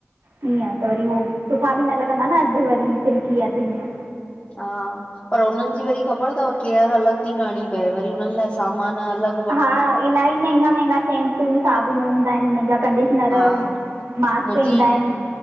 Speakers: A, on the right; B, on the left.
A: हीअं त वरी उहो सुठा भी न लॻंदा न अध वरी सिल्की अध हीअं
B: हा पर उनन जी वरी ख़बर थव केयर अलॻ थी करणी पए वरी उनन लाए सामान अलॻ
A: हा इलाही महंगा महंगा शैम्पू साबुण हूंदा आहिन उनन जा कंडिशनर
B: हा
A: मास्क
B: मुंहिंजी
A: ईंदा आहिन